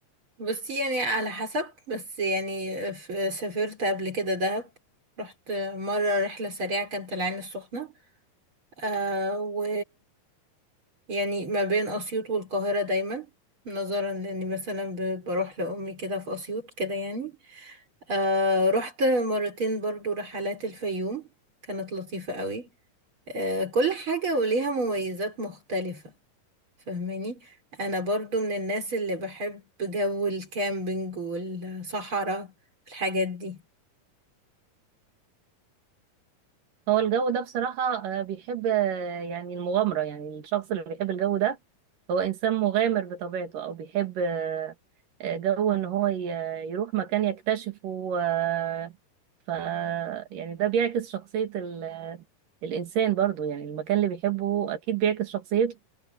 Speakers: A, on the right; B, on the right.
A: بصي يعني على حسب بس يعني ف- سافرت قبل كده دهب رحت مرة رحلة سريعة كانت العين السخنة آه يعني ما بين أسيوط والقاهرة دايما نظرا لأني مثلا ب- بروح لأمي كده في أسيوط كده يعني آه رحت مرتين برضو رحلات الفيوم كانت لطيفة قوي آه كل حاجة وليها مميزات مختلفة فهماني أنا برضو من الناس اللي بحب جو الكامبينج والصحراء والحاجات دي
B: هو الجو ده بصراحة آه، بيحب آه، يعني المغامرة يعني الشخص اللي بيحب الجو ده هو إنسان مغامر بطبيعته أو بيحب آه، آه، جو إن هو ي- يروح مكان يكتشفه آه، ف يعني ده بيعكس شخصية ال- الإنسان برضو يعني المكان اللي بيحبه أكيد بيعكس شخصيته